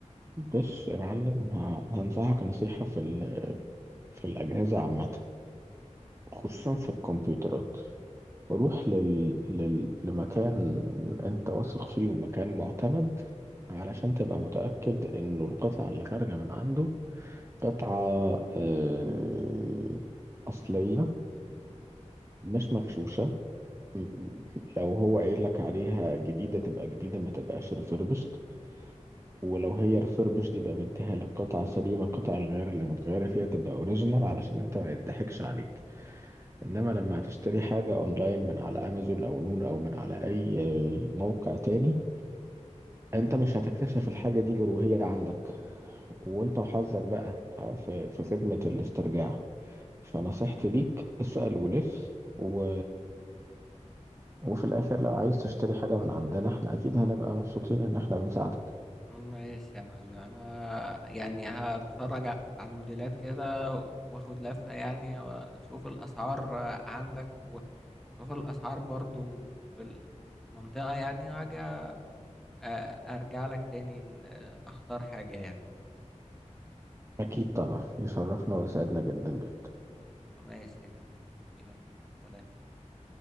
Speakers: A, on the right (about 20°); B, in the centre.
A: بص يا معلم ه- هنصحك نصيحة في ال... في الأجهزة عامة خصوصا في الكمبيوترات روح لل... لل... لمكان أنت واثق فيه ومكان معتمد علشان تبقى متأكد إنه القطعة اللي خارجة من عنده قطعة آه، أصلية مش مغشوشة م- م- لو هو قايل لك عليها جديدة تبقى جديدة ما تبقاش ريفربشت ولو هي ريفربش يبقى مديها لك قطعة سليمة قطع الغيار اللي متغيرة فيها تبقى اوريجينال علشان انت ما يضحكش عليك انما لما هتشتري حاجة اونلاين من على امازون او نون او من على اي آه، موقع تاني انت مش هتكتشف الحاجة دي غير وهي عندك وانت وحظك بقى في في خدمة الاسترجاع فنصيحتي ليك اسأل ولف و... وفي الاخر لو عايز تشتري حاجة من عندنا احنا اكيد هنبقى مبسوطين ان احنا بنساعدك
B: ماشي يا معلم انا يعني هتفرج على على الموديلات كده واخد لفة يعني واشوف الاسعار عندك واشوف الاسعار برضو في المنطقة يعني هاجي آه، ارجع لك تاني إن- آه، اختار حاجة يعني
A: اكيد طبعا يشرفنا ويسعدنا جدا جدا
B: ماشي يا كبير يلا سلام سلام